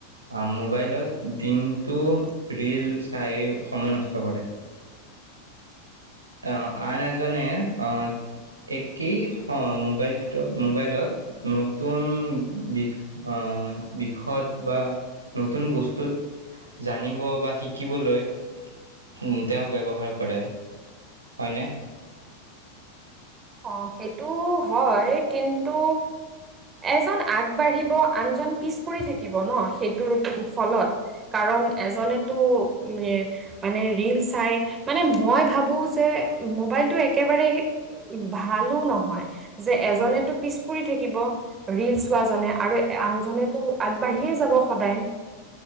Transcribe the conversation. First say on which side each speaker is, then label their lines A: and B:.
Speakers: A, on the right; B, on the right.
A: আহ মোবাইলত দিনটো ৰীল চাই সময় নষ্ট কৰে আহ আন এজনে অ একেই মোবাইল মোবাইলত নতুন দিশ আহ বিষত বা নতুন বস্তুত জানিব বা শিকিবলৈ উ তেওঁ ব্যৱহাৰ কৰে। হয়নে?
B: অ' সেইটো হয় কিন্তু এজন আগবাঢ়িব আন জন পিছ পৰি থাকিব ন সেইটোৰ ফলত কাৰণ এজনেতো উ মানে ৰীল চাই মানে মই ভাবো যে মোবাইলটো একেবাৰেই ভালো নহয় যে এজনেতো পিছ পৰি থাকিব ৰিল চোৱা জনে আৰু আন জনেটো আগবাঢ়িয়ে যাব সদায়